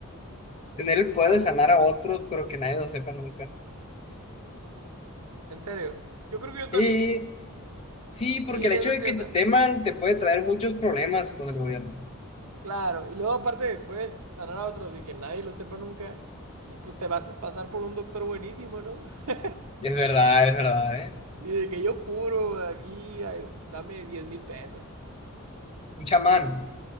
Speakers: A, on the left (about 30°); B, on the right (about 85°).
A: Tener el poder de sanar a otros, pero que nadie lo sepa nunca.
B: En serio. Yo creo que yo también.
A: y sí,
B: Sí,
A: porque el
B: yo
A: hecho
B: creo
A: de
B: que
A: que
B: yo
A: te
B: también.
A: teman te puede traer muchos problemas con el gobierno.
B: Claro. Y luego aparte puedes sanar a otros y que nadie lo sepa nunca. Y pues te vas a pasar por un doctor buenísimo, ¿no? <laughs>
A: Y es verdad, es verdad, ¿eh?
B: Sí, de que yo curo aquí, ay, dame diez mil pesos.
A: Un chamán.
B: Y,